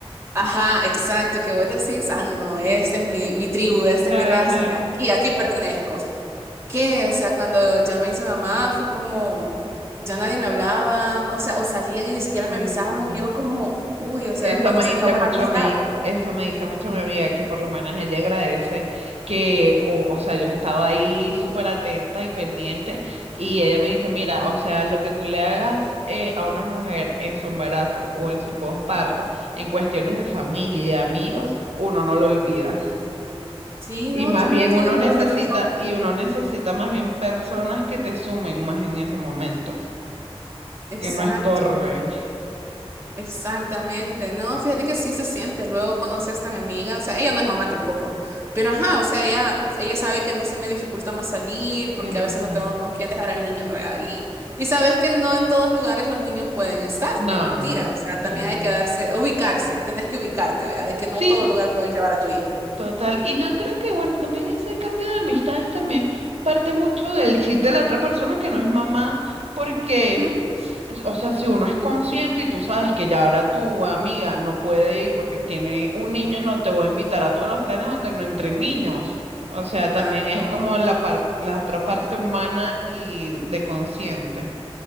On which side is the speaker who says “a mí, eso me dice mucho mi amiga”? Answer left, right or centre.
Right